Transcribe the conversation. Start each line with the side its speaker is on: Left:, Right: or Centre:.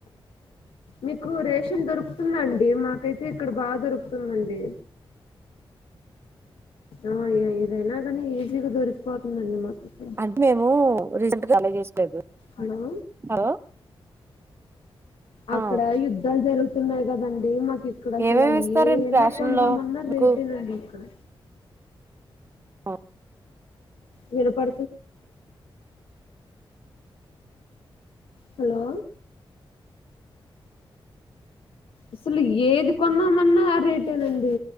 Left: మీకు రేషన్ దొరుకుతుందండి మాకైతే ఇక్కడ బాగా దొరుకుతుందండి. ఆ ఏదైనా కానీ ఈజీగా దొరికిపోతుందండి మాకు ఇక్కడ
Right: అంటే మేము రీసెంట్గా కాలి చేసినం
Left: హలో
Right: హలో
Left: అక్కడ
Right: ఆ
Left: యుద్ధాలు జరుగుతున్నాయి కదండి మాకు ఇక్కడ అసలు
Right: ఏమేమి ఇస్తారండి
Left: ఏ ఎమాన్న
Right: రేషన్
Left: కొందా
Right: లో
Left: మన్నా
Right: మీకు
Left: రేటెనండి ఇక్కడ
Right: ఆ
Left: విన ప హలో అసలు ఏది కొందామన్నా రేటేనండి